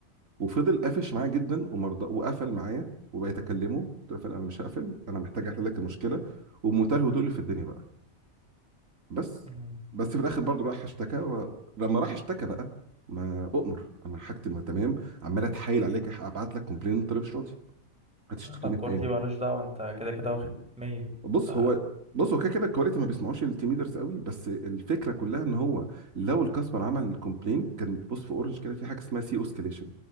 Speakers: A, on the right (about 75°); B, in the centre.
A: وفضل قافش معايا جدا ومرضى وقفل معايا وبقيت اكلمه قلت له يا فندم انا مش هقفل انا محتاج احل لك المشكله وبمنتهى الهدوء اللي في الدنيا بقى بس
B: امم
A: بس في الاخر برضه راح اشتكى و... لما راح اشتكى بقى ما اؤمر انا حاجتي ما تمام عمال اتحايل عليك ابعت لك كومبلين انت ليه مش راضي هتشتكيني
B: الكواليتي
A: في ايه
B: مالوش دعوه انت كده كده واخد 100
A: بص
B: ف
A: هو بص هو كده كده الكواليتي ما بيسمعوش التيم ليدرز قوي بس الفكره كلها ان هو لو الكاستمر عمل كومبلين كان بص في اورنج كده في حاجه اسمها سي اوسكيليشن